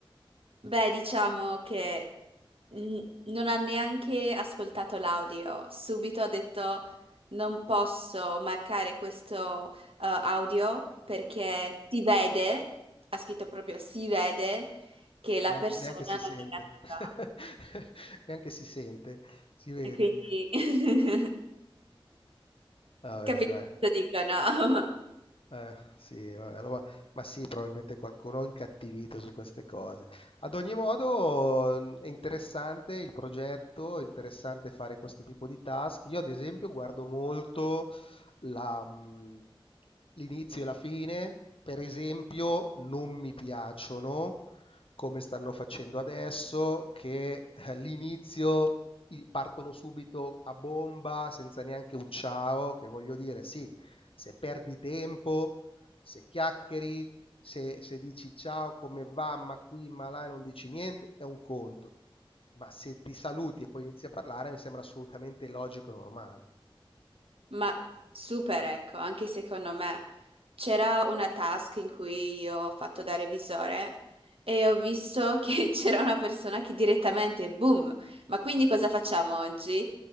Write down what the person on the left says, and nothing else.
neanche,
neanche si
sente,
<laughs> neanche si sente, si vede.
Vabbè,
dai.
Eh, sì, vabbè, allora- ma sì, probabilmente qualcuno è incattivito su queste cose. Ad ogni modo, mh, è interessante il progetto, è interessante fare questo tipo di task. Io, ad esempio, guardo molto la, mh, l'inizio e la fine, per esempio, non mi piacciono come stanno facendo adesso, che eh, l'inizio i- partono subito a bomba senza neanche un ciao, che voglio dire, sì, se perdi tempo, se chiacchieri, se, se dici ciao, come va, ma qui, ma là, e non dici niente, è un conto. Ma se ti saluti e poi inizi a parlare, mi sembra assolutamente logico e normale.